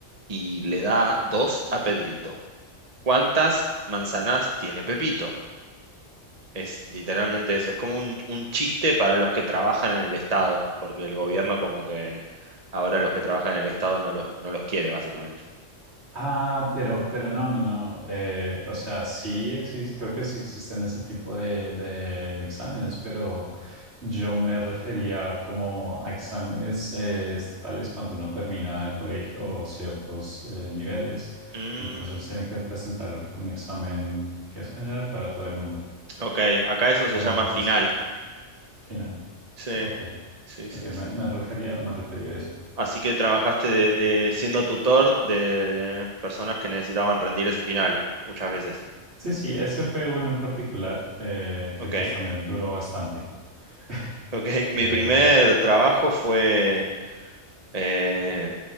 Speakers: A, on the right; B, on the right.
A: y le da dos a Pedrito. ¿Cuántas manzanas tiene Pepito? Es literalmente eso, es como un, un chiste para los que trabajan en el Estado, porque el gobierno como que ahora los que trabajan en el Estado no los, no los quiere, básicamente.
B: Ah, pero, pero no, no, no. eh, o sea, sí existe, creo que sí existen ese tipo de, de- de exámenes, pero yo me refería como a exámenes eh, estatales cuando uno termina el colegio o ciertos eh, niveles.
A: Mm,
B: Entonces tiene que presentar un examen que es general para todo el mundo
A: ok, acá eso
B: como
A: se llama
B: requisito
A: final.
B: final.
A: Sí,
B: Ok,
A: sí, sí,
B: ok,
A: sí.
B: me, me refería, me refería a eso.
A: Así que trabajaste de, de- siendo tutor de personas que necesitaban rendir ese final, muchas veces.
B: Sí, sí, ese fue uno en particular eh, que
A: Ok,
B: pues también duró bastante. <laughs>
A: ok. <laughs>
B: Eh,
A: Mi primer trabajo fue, eh,